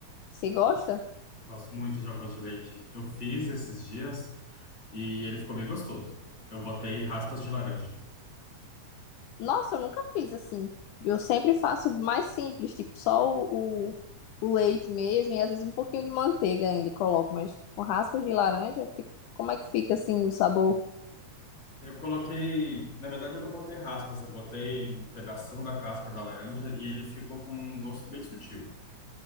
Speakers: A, on the left (about 85°); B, on the left (about 20°).
A: Você gosta?
B: Eu gosto muito de arroz de leite. Eu fiz esses dias e ele ficou bem gostoso. Eu botei raspas de laranja.
A: Nossa, eu nunca fiz assim. Eu sempre faço mais simples, tipo só o, o, o leite mesmo, e às vezes um pouquinho de manteiga ainda coloco, mas com raspas de laranja, fica- como é que fica assim o sabor?
B: Eu coloquei, na verdade, eu não botei raspas, eu botei um pedação da casca da laranja e ele ficou com um gosto bem sutil.